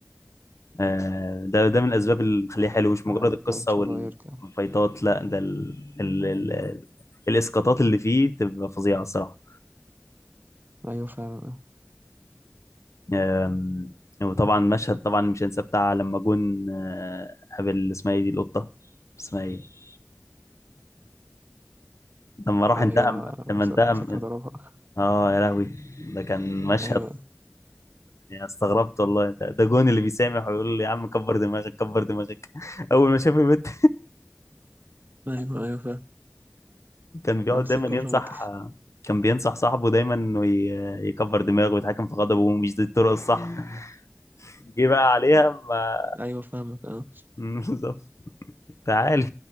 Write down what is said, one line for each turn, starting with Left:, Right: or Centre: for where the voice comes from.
Left: آه، ده ده من الاسباب اللي مخليه حلو مش مجرد
Right: لا
Left: القصه
Right: إن شاء
Left: وال-
Right: الله يرجع
Left: والفايتات لا ده ال... ال... ال... الاسقاطات اللي فيه بتبقى فظيعه الصراحه
Right: أيوة فعلا
Left: آم، وطبعا مشهد طبعا مش هنساه بتاع لما جون آه، قابل اسمها ايه دي القطه اسمها ايه لما راح
Right: أيوه
Left: انتقم لما
Right: بس-
Left: انتقم
Right: مسكها
Left: من-
Right: ضربها
Left: اه يا لهوي ده كان مشهد
Right: أيوه
Left: يعني استغربت والله ده, ده جون اللي بيسامح ويقول لي يا عم كبر دماغك كبر دماغك <laughs> اول ما شاف البنت
Right: أيوه أيوه فاهم
Left: كان بيقعد
Right: أمسكها
Left: دايما
Right: أضربك
Left: ينصح كان بينصح صاحبه دايما انه ي- يكبر دماغه ويتحكم في غضبه ومش دي الطرق الصح <laughs> جه بقى عليها ما
Right: <laughs> أيوه فاهمك أه
Left: <laughs> بالظبط تعالي